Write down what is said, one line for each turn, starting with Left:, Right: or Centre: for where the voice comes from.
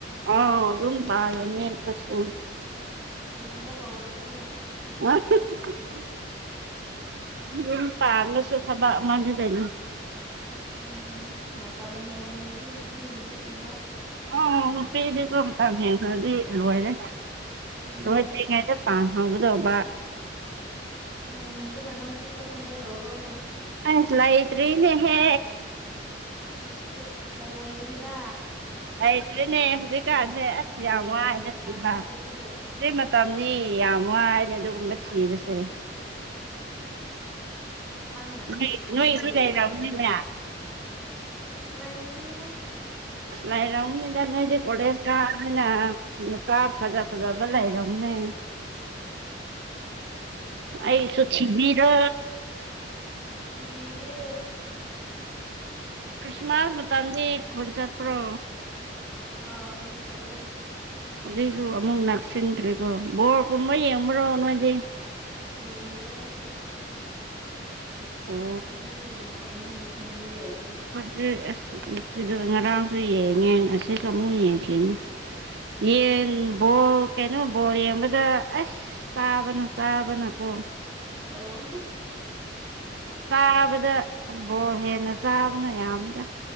Right: ꯑꯥ ꯑꯗꯨꯝ ꯇꯥꯔꯅꯦꯁꯨ
Centre: ꯌꯦꯡꯕ ꯍꯧꯔꯀꯣ
Right: <unintelligible> ꯄꯥꯔꯂꯁꯨ ꯊ ꯃꯥꯅ ꯇꯅꯤ
Centre: ꯎꯝ ꯃꯝ ꯍꯦ ꯍꯥꯏꯗꯤ ꯅ ꯅꯨꯄꯤꯤꯒꯗꯤ ꯃꯦꯔ
Right: ꯑꯣ ꯅꯨꯄꯤꯗꯤꯀꯣ ꯃꯇꯝ ꯍꯦꯟꯈ꯭ꯔꯗꯤ ꯂꯣꯏꯔꯦ
Centre: ꯎꯝ
Right: ꯂꯣꯏꯗ꯭ꯔꯤꯉꯩꯗ ꯄꯥꯝꯃꯦ ꯍꯒꯗꯧꯕ
Centre: ꯎꯝ ꯑꯗꯨꯅ ꯅꯪꯁꯨ ꯆꯠ ꯅꯝꯕ ꯇꯧꯔꯣ
Right: ꯑꯁ ꯂ ꯑꯩꯇ꯭ꯔꯤ ꯅꯦ ꯍꯦ
Centre: ꯑꯦꯁ ꯂꯩꯥꯏ ꯅꯪꯅꯤꯗꯥ
Right: ꯂꯩꯇ꯭ꯔꯔꯤꯅꯦ ꯍꯧꯖꯤꯛꯀꯥꯟꯁꯦ ꯑꯁ
Centre: ꯀꯨꯏꯅ
Right: ꯌꯥꯝ ꯋꯥꯒ
Centre: ꯂꯩꯁꯥꯔꯛꯄꯁꯤꯕꯨ
Right: ꯁꯤꯕ ꯁꯤꯇꯩ ꯃꯇꯝꯅꯤ ꯌꯥꯝ ꯋꯥꯅꯦ ꯑꯗꯨꯒꯨꯝꯕ ꯊꯤꯕꯁꯦ
Centre: ꯑꯝ ꯅꯪꯅ
Right: ꯅꯣꯏ
Centre: ꯈꯟꯕꯒꯤ
Right: ꯅꯣꯏꯗꯤ
Centre: ꯑꯣꯏꯔꯝꯒꯅꯤꯗ
Right: ꯂꯩꯔꯝꯒꯅꯤꯅꯦ
Centre: ꯂꯩꯇꯦꯗ
Right: ꯂꯩꯔꯝꯅꯤꯗ ꯅꯣꯏꯗꯤ ꯀꯣꯂꯦꯖ ꯀꯥꯅꯤꯅ ꯂꯨꯄꯥ ꯐꯖ ꯐꯖꯕ ꯂꯩꯔꯝꯅꯦ ꯑꯩꯁꯨ ꯁꯤꯕꯤꯗ
Centre: ꯀꯤꯕꯤꯤꯒꯦ
Right: ꯈ꯭ꯔꯤꯁꯃꯥꯁ ꯃꯇꯝꯗꯤ ꯈꯣꯟ ꯆꯠꯄ꯭ꯔꯣ
Centre: ꯑꯥ ꯑꯗꯨꯝ ꯆꯠꯂꯦ
Right: ꯍꯧꯖꯤꯛꯁꯨ ꯑꯃꯨꯛ ꯅꯛꯁꯤꯟꯈ꯭ꯔꯦꯀꯣ ꯕꯣꯔꯀꯨꯝꯕ ꯌꯦꯡꯕ꯭ꯔꯣ ꯅꯣꯏꯗꯤ
Centre: ꯌꯦꯡꯗꯦ ꯏꯗꯤ
Right: ꯑꯣ
Centre: ꯅꯣꯏꯗꯤ ꯌꯦꯡ ꯅꯝꯒꯅꯤ ꯐꯦꯃꯤꯂꯤ ꯂꯩꯕ
Right: ꯃꯁ ꯑꯩꯈꯣꯏ ꯉꯔꯥꯡꯁꯨ ꯌꯦꯡꯉꯟ ꯑꯁꯤꯁꯨ ꯑꯃꯨꯛ ꯌꯦꯡꯈꯤꯅꯤ ꯌꯦꯟ ꯕꯣꯛ ꯀꯩꯅꯣ ꯕꯣꯔ ꯌꯦꯡꯕꯗ ꯑꯁ ꯆꯥꯕꯅ ꯆꯥꯕꯅꯀꯣ
Centre: ꯑꯣ ꯌꯥꯡ
Right: ꯆꯥꯕꯗꯕꯣꯔ ꯍꯦꯟꯅ ꯆꯥꯕꯅ ꯌꯥꯝꯃꯤꯗ